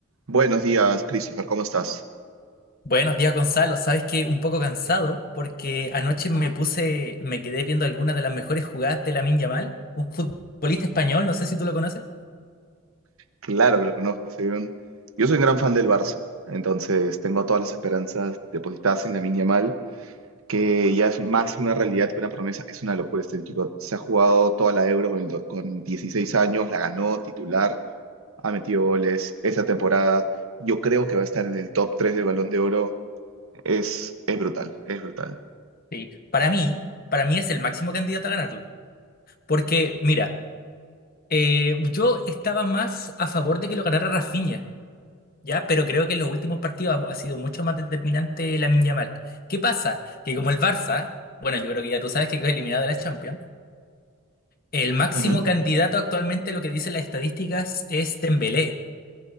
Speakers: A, on the right; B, on the left.
A: Buenos días, Christopher, ¿cómo estás?
B: Buenos días, Gonzalo. Sabes que un poco cansado porque anoche me puse, me quedé viendo algunas de las mejores jugadas de Lamine Yamal, un futbolista español, no sé si tú lo conoces.
A: Claro que lo conozco, soy un- yo soy un gran fan del Barça, entonces tengo todas las esperanzas depositadas en Lamine Yamal, que ya es más una realidad que una promesa, es una locura este chico, se ha jugado toda la Euro con, el do- con 16 años, la ganó titular, ha metido goles esa temporada, yo creo que va a estar en el top 3 del Balón de Oro, es, es brutal, es brutal.
B: Sí. Para mí, para mí es el máximo candidato a ganarlo. Porque, mira, eh, yo estaba más a favor de que lo ganara Rafinha, ¿ya? Pero creo que en los últimos partidos ha, ha sido mucho más determinante Lamine Yamal. ¿Qué pasa? Que como el Barça, bueno, yo creo que ya tú sabes que quedó eliminado de la Champions, el máximo
A: Ujú.
B: candidato actualmente, lo que dicen las estadísticas, es Dembélé.